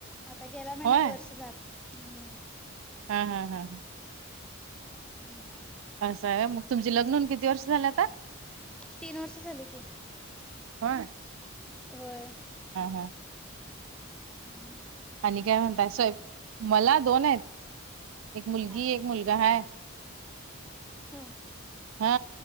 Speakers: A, in the centre; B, on the right.
A: आता गेल्या महिन्यात
B: होय
A: वर्ष जात हम्
B: हा हा हा हा
A: हम्
B: असं आहे मग तुमचे लग्न किती वर्ष झालं आता
A: तीन वर्ष झाली की
B: हा
A: होय
B: हा
A: ह
B: आणि काय म्हणताय स मला दोन आहेत एक मुलगी
A: हा हा
B: एक मुलगा हाय
A: होय
B: हा